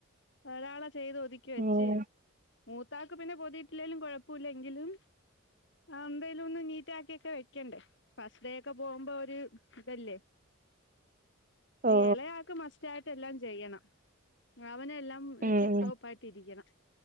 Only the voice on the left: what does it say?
ഒരാള ചെയ്ത് ഒതുക്കി വെച്ച്
മൂത്താക്ക് പിന്നെ പൊതിട്ടിലേലും കുഴപ്പില്ലെങ്കിലും അമ്പേലുന്ന് നീറ്റാക്കിയൊക്കെ വെക്കണ്ടേ ഫസ്ഡേ ഒക്കെ പോകുമ്പോ ഒരു തല്ലേ
ഇളയ ആൾക്ക് മസ്റ്റായിട്ട് എല്ലാം ചെയ്യണം. വനെല്ലാം
ടിപ്പ് ടോപ്പ് ആയിട്ടിരിക്കണം.